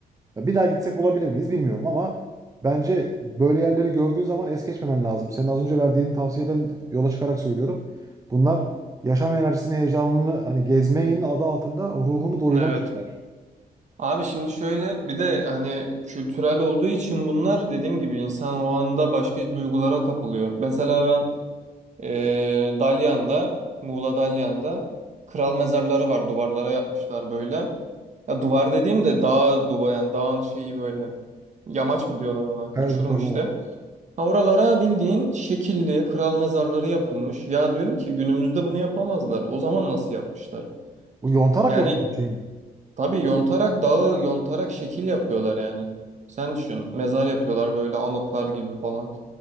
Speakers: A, on the right; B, on the right.
A: ya Bir daha gitsek bulabilir miyiz bilmiyorum ama bence böyle yerleri gördüğün zaman es geçmemen lazım. Senin az önce verdiğin tavsiyeden yola çıkarak söylüyorum. Bunlar yaşam enerjisini, heyecanını hani gezmeyin adı altında ruhunu doyuran
B: Evet.
A: şeyler.
B: Abi şimdi şöyle bir de hani kültürel olduğu için bunlar dediğim gibi insan o anda başka duygulara kapılıyor. Mesela ben eee Dalyan'da, Muğla Dalyan'da kral mezarları var duvarlara yapmışlar böyle. Ya duvar dediğim de dağ duvar yani dağın şeyi böyle. Yamaç mı diyorlar ona?
A: Kayalıklar
B: Uçurum işte.
A: olan.
B: Ha oralara bildiğin şekilli kral mezarları yapılmış. Ya diyorum ki günümüzde bunu yapamazlar. O zaman nasıl yapmışlar?
A: Bu yontarak
B: Yani
A: yapılan bir şey mi?
B: Tabii yontarak dağı yontarak şekil yapıyorlar yani. Sen düşün. Mezar yapıyorlar böyle anıtlar gibi falan.